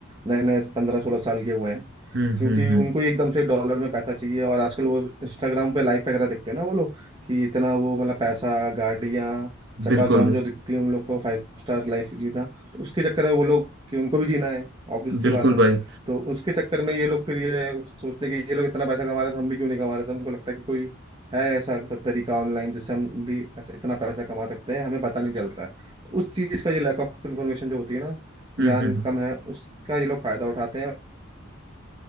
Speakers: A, on the right; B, on the right.
A: नए नए पंद्रह सोलह साल के हुए हैं
B: हम्म हम्म
A: क्योंकि
B: हम्म हम्म।
A: उनको ही एकदम से डॉलर में पैसा चाहिए और आजकल वो इंस्टाग्राम पे लाइफ वगैरह देखते हैं ना वो लोग कि इतना वो मतलब पैसा गाड़ियाँ चकाचौंध
B: बिल्कुल
A: जो दिखती है उन लोग को फाइव स्टार लाइफ जीना तो उसके चक्कर में वो लोग कि उनको भी जीना है ऑब्वियस
B: बिल्कुल
A: सी बात है
B: भाई
A: तो उसके चक्कर में ये लोग फिर ये सोचते हैं कि ये लोग इतना पैसा कमा रहे थे हम भी क्यों नहीं कमा रहे तो उनको लगता है कि कोई है ऐसा तरीका ऑनलाइन जिससे हम भी ऐसे इतना पैसा कमा सकते हैं हमें पता नहीं चल रहा है तो उस चीज का ये लैक ऑफ इन्फॉर्मेशन जो होती है ना
B: हम्म
A: ज्ञान
B: हम्म
A: कम है उसका ये लोग फायदा उठाते हैं